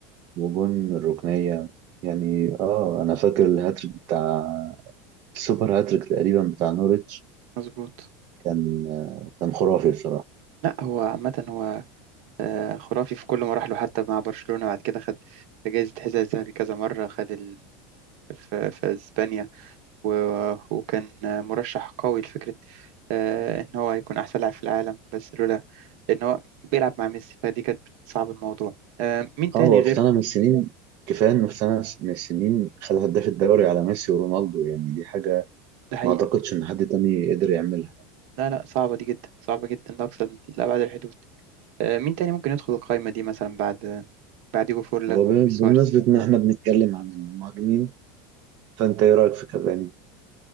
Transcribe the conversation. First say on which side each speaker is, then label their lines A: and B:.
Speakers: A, on the right; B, on the right.
A: وجون من الركنية يعني اه انا فاكر الهاتريك بتاع السوبر هاتريك تقريبا بتاع نوريتش
B: مظبوط
A: كان كان خرافي بصراحة
B: لا هو عامة هو آه، خرافي في كل مراحله حتى مع برشلونة بعد كده خد جايزة حذاء الذهبي كذا مرة خد ال... في... في أسبانيا و... وكان آه، مرشح قوي لفكرة آه، إن هو يكون أحسن لاعب في العالم بس لولا إن هو بيلعب مع ميسي فدي كانت بتصعب الموضوع آه، مين تاني
A: اه هو
B: غير
A: في سنة من السنين كفاية انه في سنة من السنين خد هداف الدوري على ميسي ورونالدو يعني دي حاجة
B: ده حقيقي
A: ما اعتقدش ان حد تاني قدر يعملها
B: لا لا صعبة دي جدا صعبة جدا لأقصى لأبعد الحدود آه، مين تاني ممكن يدخل القائمة دي مثلا بعد بعد ديجو فورلان
A: هو
B: ولويس
A: ب- بمناسبة
B: سواريز
A: ان احنا بنتكلم عن المهاجمين فانت ايه رأيك في كافاني؟